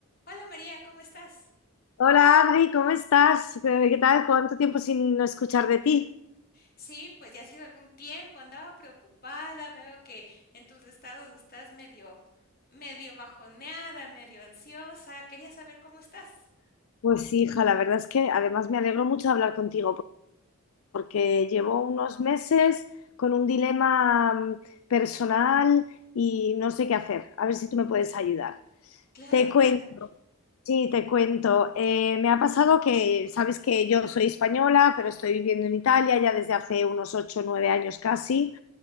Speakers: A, on the left (about 40°); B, on the left (about 70°).
A: Hola María, ¿cómo estás?
B: Hola Adri, ¿cómo estás? Eh, ¿Qué tal? ¿Cuánto tiempo sin no escuchar de ti?
A: Sí, pues ya ha sido algún tiempo, andaba preocupada, veo que en tus estados estás medio, medio bajoneada, medio ansiosa, quería saber cómo estás.
B: Pues sí, hija, la verdad es que además me alegro mucho de hablar contigo por- porque llevo unos meses con un dilema mm, personal y no sé qué hacer. A ver si tú me puedes ayudar.
A: Claro,
B: Te cuento,
A: cuéntame.
B: sí, te cuento. Eh, me ha pasado que, sabes que yo soy española, pero estoy viviendo en Italia ya desde hace unos ocho o 9 años casi.